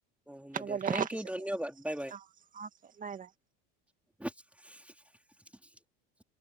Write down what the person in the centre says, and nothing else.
অ
থেংক
ইউ ধন্যবাদ
বাই বাই
<inaudible>